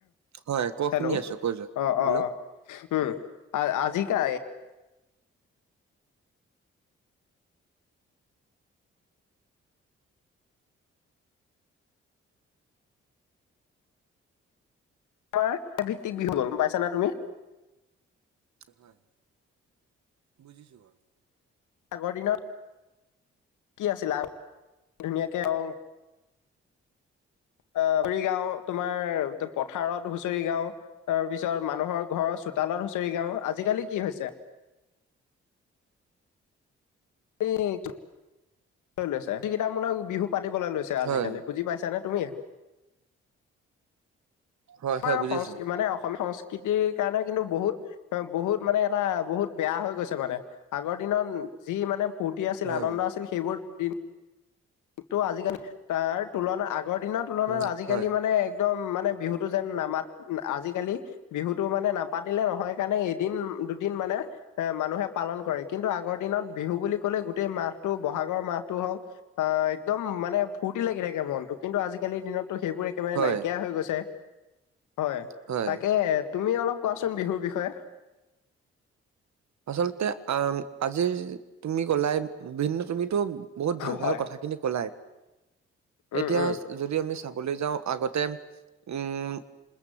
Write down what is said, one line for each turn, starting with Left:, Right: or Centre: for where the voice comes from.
Right: হয় ক
Left: হেল্ল'!
Right: শুনি আছো কৈ যোৱা
Left: অ'
Right: হেল্ল'
Left: অ' অ', উম আজিকা তোমাৰ এ ভিত্তিক বিহু, গ'ম পাইছা নে তুমি?
Right: হয়, বুজিছোঁ বাৰু!
Left: আগৰ দিনত কি আছিল, ধুনীয়াকে অ' অ' হুঁচৰি গাও, তোমাৰ পথাৰত হুঁচৰি গাও। তাৰ পিছত মানুহৰ ঘৰৰ চোতালত হুঁচৰি গাও। আজিকালি কি হৈছে এক লৈ লৈছে <unintelligible> কেইটামূলক বিহু পাতিবলৈ লৈছে আজিকালি।
Right: হয়
Left: বুজি পাইছা নে তুমি?
Right: হয়
Left: আমাৰ
Right: হয় বুজিছো
Left: সংস্ক মানে অসমীয়া সংস্কৃতিৰ কাৰণে কিন্তু বহুত অ' বহুত মানে এটা বহুত বেয়া হৈ গৈছে মানে, আগৰ দিনত যি মানে ফূৰ্তি আছিল,
Right: হয়
Left: আনন্দ আছিল, সেইবোৰ দিন টো আজিকালি তাৰ তুলনাত আগৰ দিনৰ তুলনাত
Right: উম
Left: আজিকালি
Right: হয়
Left: মানে একদম মানে বিহুটো যেন নামাত আজিকালি বিহুটো মানে নাপাতিলে নহয় কাৰণে এদিন দুদিন মানে এ মানুহে পালন কৰে, কিন্তু আগৰ দিনত বিহু বুলি কলে গোটেই মাহটো বহাগৰ মাহটো হওক। অ' একদম মানে ফূৰ্তি লাগি থাকে মনটো, কিন্তু আজিকালিৰ দিনতটো সেইবোৰ একেবাৰে
Right: হয়
Left: নাইকিয়া হৈ গৈছে, হয়!
Right: হয়,
Left: তাকে তুমি অলপ কোৱাচোন বিহুৰ বিষয়ে।
Right: আচলতে আ-আজিৰ তুমি কলাই ভিন্ন তুমিতো বহুত ভাল
Left: হয়
Right: ভাল কথা খিনি কলাই,
Left: উম
Right: এতিয়া
Left: উম
Right: যদি আমি চাবলে যাওঁ আগত তে উম।